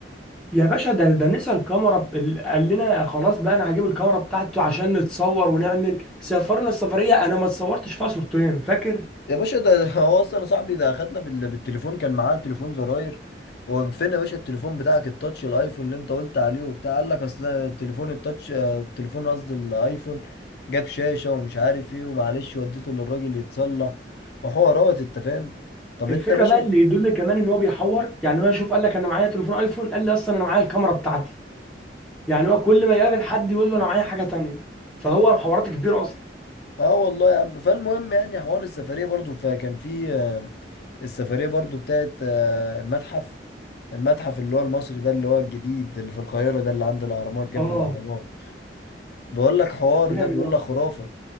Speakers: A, in the centre; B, on the left.
A: يا باشا ده ده نسى الكاميرا ب- ال- قال لنا خلاص بقى انا هجيب الكاميرا بتاعته عشان نتصور ونعمل سافرنا السفريه انا ما اتصورتش فيها صورتين فاكر
B: يا باشا ده <laughs> هو اصلا يا صاحبي ده اخدنا بال- بالتليفون كان معاه تليفون زراير هو فين يا باشا التليفون بتاعك التاتش الايفون اللي انت قلت عليه وبتاع قال لك اصل التليفون التاتش آه، التليفون قصدي الايفون جاب شاشه ومش عارف ايه ومعلش وديته للراجل يتصلح وحوارات انت فاهم طب
A: الفكره
B: انت يا باشا
A: بقى اللي يدل كمان ان هو بيحور يعني هو يشوف قال لك انا معايا تليفون ايفون قال لي اصلا انا معايا الكاميرا بتاعتي يعني هو كل ما يقابل حد يقول له انا معايا حاجه تانيه فهو حوارات كبيره اصلا
B: اه والله يا عم فالمهم يعني حوار السفرية برضو فكان في آه، السفرية برضو بتاعت آه، المتحف المتحف اللي هو المصري ده اللي هو الجديد اللي في القاهرة ده اللي عند الأهرامات جنب
A: اه
B: الأهرامات بيقول لك حوار
A: جامد
B: ده بيقول
A: أوي.
B: لك خرافة